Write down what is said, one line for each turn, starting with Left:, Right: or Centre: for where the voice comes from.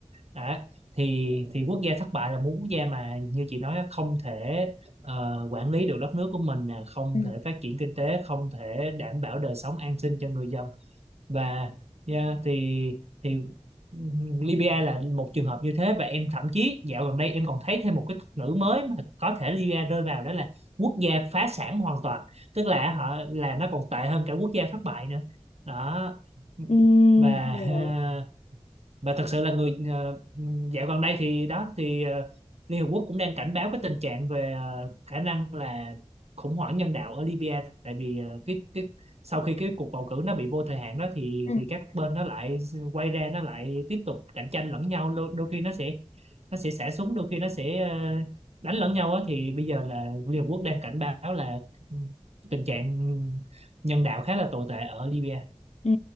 Right: đó. thì thì quốc gia thất bại là một quốc gia mà như chị nói á, không thể ờ, quản lý được đất nước của mình nè không
Left: Ừ.
Right: thể phát triển kinh tế không thể đảm bảo đời sống an sinh cho người dân và yeah, thì thì Libya là một trường hợp như thế và em thậm chí dạo gần đây em còn thấy thêm một cái thuật ngữ mới mà có thể Libya rơi vào đó là quốc gia phá sản hoàn toàn tức là họ là nó còn tệ hơn cả quốc gia thất bại nữa đó
Left: Ừm,
Right: và
Left: Nhiều.
Right: và thật sự là người ờ, dạo gần đây thì đó thì ờ, Liên Hợp Quốc cũng đang cảnh báo cái tình trạng về ờ, khả năng là khủng hoảng nhân đạo ở Libya tại vì ờ, cái cái sau khi cái cuộc bầu cử nó bị vô thời hạn đó thì
Left: Ừ.
Right: thì các bên nó lại quay ra nó lại tiếp tục cạnh tranh lẫn nhau đôi, đôi khi nó sẽ nó sẽ xả súng đôi khi nó sẽ ờ, đánh lẫn nhau á thì bây giờ là Liên Hợp Quốc đang cảnh báo là tình trạng nhân đạo khá là tồi tệ ở Libya.
Left: Ừ,